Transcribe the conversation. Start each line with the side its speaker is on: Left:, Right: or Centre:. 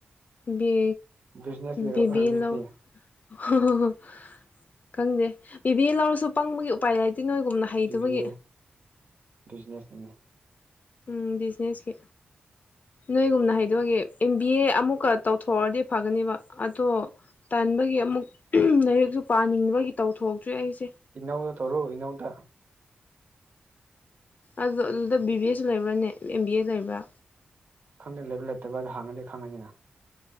Left: ꯕꯦ
Right: ꯕꯤꯖꯤꯅꯦꯁꯀꯤ ꯑꯣꯏꯔꯝꯅꯤꯁꯦ
Left: ꯕꯤꯕꯤ ꯌꯦ ꯂꯧ <unintelligible> ꯈꯪꯗꯦ ꯕꯤꯕꯦ ꯂꯧꯔꯁꯨ ꯄꯪꯕꯒꯤ ꯎꯄꯥꯏ ꯂꯩꯇꯦ ꯅꯣꯏꯒꯨꯝꯅ ꯍꯩꯇꯕꯒꯤ
Right: ꯕꯤꯕꯤ ꯑꯦ ꯕꯤꯖꯤꯅꯦꯁꯀꯤꯅꯤ
Left: ꯎꯝ ꯕꯤꯖꯤꯅꯦꯁꯀꯤ ꯅꯣꯏꯒꯨꯝꯅ ꯍꯥꯏ ꯑꯗꯨꯒꯤ ꯑꯦꯝ ꯕꯤ ꯑꯦ ꯑꯃꯨꯛꯀ ꯇꯧꯊꯣꯛꯑꯗꯤ ꯐꯒꯅꯦꯕ ꯑꯗꯣ ꯇꯟꯕꯒꯤ ꯑꯃꯨꯛ ꯂꯥꯏꯔꯤꯛꯁꯨ ꯄꯥꯅꯤꯡꯕꯒꯤ ꯇꯧꯊꯣꯛꯇ꯭ꯔꯤ ꯑꯩꯁꯦ
Right: ꯏꯒꯅꯧꯗ ꯇꯧꯔꯣ ꯏꯒꯅꯧꯗ
Left: ꯑꯗꯨ ꯑꯗꯨꯗ ꯕꯤ ꯕꯤ ꯑꯦꯁꯁꯨ ꯂꯩꯕ꯭ꯔꯥꯅꯦ ꯑꯦꯝ ꯕꯤ ꯑꯦ ꯂꯩꯕ꯭ꯔꯥ
Right: ꯈꯪꯗꯦ ꯂꯩꯕ ꯂꯩꯇꯕꯗ ꯍꯥꯡꯉꯗꯤ ꯈꯪꯉꯅꯤꯅ